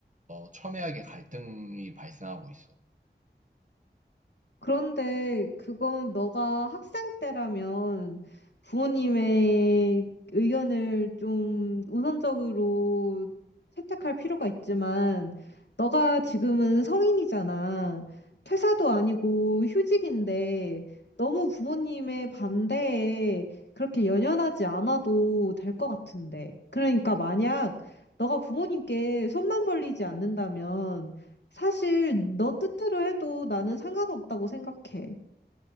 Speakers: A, on the right; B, on the left.
A: 어, 첨예하게 갈등이 발생하고 있어.
B: 그런데 그건 너가 학생 때라면 부모님의 의견을 좀 우선적으로 채택할 필요가 있지만 너가 지금은 성인이잖아. 퇴사도 아니고 휴직인데 너무 부모님의 반대에 그렇게 연연하지 않아도 될 것 같은데. 그러니까 만약 너가 부모님께 손만 벌리지 않는다면 사실 너 뜻대로 해도 나는 상관없다고 생각해.